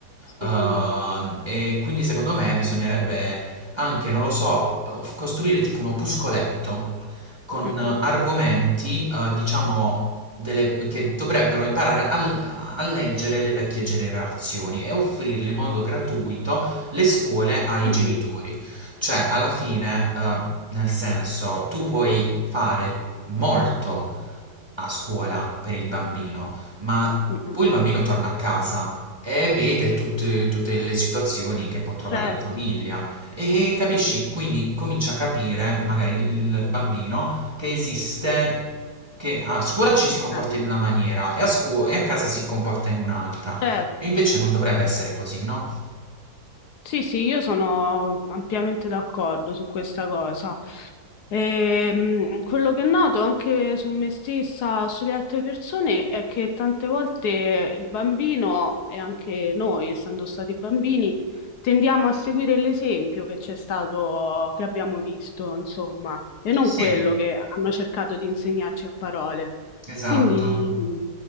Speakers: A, on the left; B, on the right.
A: sì.
B: Mm. Uh, e quindi secondo me bisognerebbe anche, non lo so, costruire tipo un opuscoletto con
A: Mm-mm.
B: eh, argomenti, eh, diciamo, delle- che dovrebbero imparare a a leggere le vecchie generazioni e offrirle in modo gratuito le scuole ai
A: Mm-mm.
B: genitori. Cioè, alla fine, eh, nel senso, tu puoi fare molto a scuola per il bambino, ma
A: Mm-mm.
B: poi il bambino torna a casa e vede tutte, tutte le situazioni che può trovare
A: Certo.
B: in famiglia. E capisci, quindi comincia a capire, magari il il bambino, che esiste, che a scuola ci si
A: Ah,
B: comporta
A: no.
B: in una maniera e a, scu- e a casa si comporta in un'altra.
A: certo.
B: E invece non dovrebbe essere così, no?
A: Sì, sì, io sono ampiamente d'accordo su questa cosa. Ehm, quello che noto anche su me stessa, sulle altre persone, è che tante volte il bambino e anche noi, essendo stati bambini, tendiamo a seguire l'esempio che c'è stato, che abbiamo visto, insomma, e non
B: Sì.
A: quello che hanno cercato di insegnarci a parole.
B: Esatto.
A: Quindi